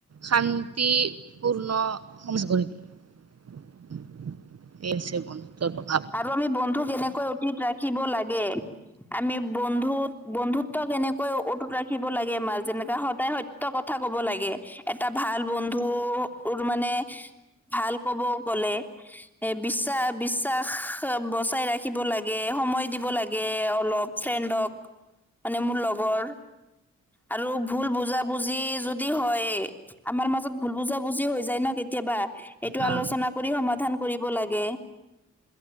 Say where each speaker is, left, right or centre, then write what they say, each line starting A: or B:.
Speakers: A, on the right; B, in the centre.
A: শান্তিপূৰ্ণ <unintelligible> এই হৈছে বন্ধুত্বৰ প্ৰভাৱ।
B: আৰু আমি বন্ধু কেনেকৈ অতীত ৰাখিব লাগে। আমি বন্ধুত বন্ধুত্ব কেনেকৈ অটুত ৰাখিব লাগে, আমাৰ যেনেকা সদায় সত্য কথা ক'ব লাগে, এটা ভাল বন্ধু তোৰ মানে ভাল ক'ব গ'লে এ বিশ্বাস বি শ্বাস বচাই ৰাখিব লাগে, সময় দিব লাগে অলপ ফ্ৰেণ্ডক। মানে মোৰ লগৰ আৰু ভুল বুজা বুজি যদি হয়- আমাৰ মাজত ভুল বুজা বুজিও হৈ যায় ন' কেতিয়াবা। এইটো
A: অ'
B: আলোচনা কৰি সমাধান কৰিব লাগে।